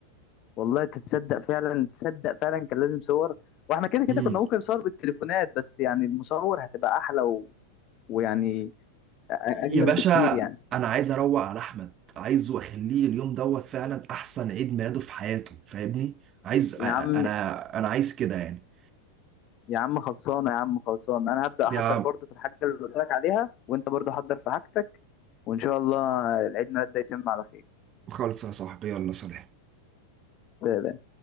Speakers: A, on the left; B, on the right.
A: والله تتصدق فعلا تصدق فعلا كان لازم صور واحنا كده كده
B: امم
A: كنا ممكن نصور بالتليفونات بس يعني المصور هتبقى احلى و... ويعني أ- اجمل
B: يا باشا
A: بكتير يعني
B: انا عايز اروق على احمد عايزه اخليه اليوم دوت فعلا احسن عيد ميلاده في حياته فاهمني عايز انا
A: يا عم
B: انا عايز كده يعني
A: يا عم خلصانه يا عم خلصانه انا هبدا
B: يا
A: احضر برضه في الحاجه اللي قلت لك عليها وانت برضه حضر في حاجتك وان شاء الله العيد ميلاد ده يتم على خير
B: خالص يا صاحبي يلا سلام
A: سلام.